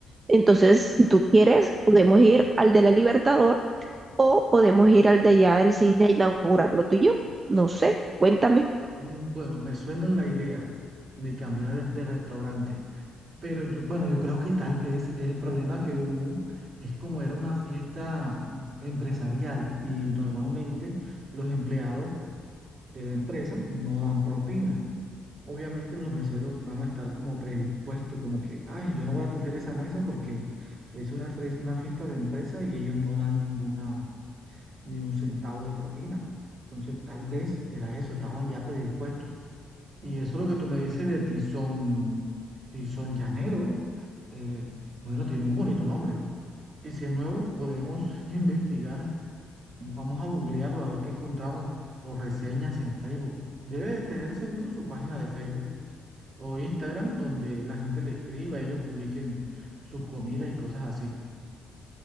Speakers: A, on the right; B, on the right.
A: Entonces, si tú quieres, podemos ir al de la Libertador o podemos ir al de allá del cine a inaugurarlo tú y yo. No sé, cuéntame.
B: Mm, Bueno, me suena la idea de cambiar de, de restaurante, pero yo, bueno, yo creo que tal vez el problema que hubo es como era una fiesta empresarial y normalmente los empleados de la empresa no dan propina. Obviamente los meseros van a estar como predispuestos, como que, ay, yo no voy a atender esa mesa porque es una, fres- una fiesta de empresa y ellos no dan ninguna, ni un centavo de propina. Entonces, tal vez era eso, estaban ya predispuestos. Y eso es lo que tú me dices de Tizón, Tizón Llanero. eh, bueno, tiene un bonito nombre. Y si es nuevo, podemos <laughs> investigar. Vamos a googlearlo a ver qué encontramos o reseñas en Facebook. Debe de tener seguro su página de Facebook o Instagram donde la gente le escriba, ellos publiquen sus comidas y cosas así.